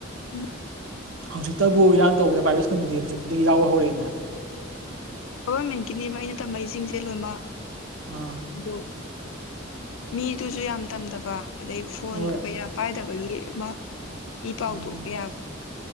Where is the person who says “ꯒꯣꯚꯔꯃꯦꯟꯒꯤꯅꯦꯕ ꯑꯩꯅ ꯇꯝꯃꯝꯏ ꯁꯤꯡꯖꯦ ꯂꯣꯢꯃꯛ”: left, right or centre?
Left